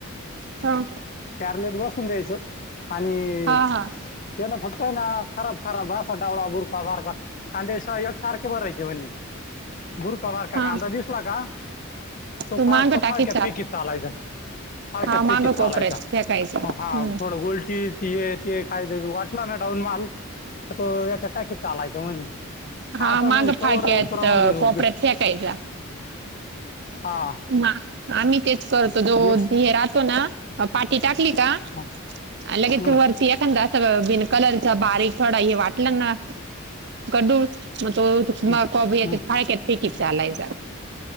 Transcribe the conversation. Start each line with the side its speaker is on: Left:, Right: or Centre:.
Right: हा
Left: चारले दिवस तगयचं आणि
Right: हा हा
Left: तेना फक्त आहे ना खराब खराब असा डाळा बुडका सारखा कांदेशयोग सारखे बरं आहे जवनी बुरका बारका
Right: हा
Left: कांदा दिसला का तो
Right: तू
Left: फाळक्
Right: मांग टाकीत
Left: फाळक्या फेकीत चालायचा फारक्या
Right: हा
Left: फेकीत
Right: मांग
Left: चालायचा
Right: कोपऱ्यात फेकायचा.
Left: हा
Right: हम्म.
Left: थोडं गलटी ती त काही वाटला ना डाऊन माल आ तो याच्या टॅक चालायचं म्हणे
Right: हा
Left: असं
Right: मग
Left: म्हणे कवर
Right: फाळक्यात
Left: उकरा म्हणे
Right: कोपऱ्यात
Left: बी-
Right: फेकायचा
Left: हा
Right: ह आम्ही तेच करतो जो
Left: एक
Right: हे राहतो ना पाठी टाकली का
Left: हं,
Right: लगेच
Left: हं,
Right: वरती एखादा अस बि कलरचा बारीक थोडा हे वाटलं ना गडू मग तो
Left: हं,
Right: मग कोबीच्या
Left: हं.
Right: फाळकेत फेकीत चालायच.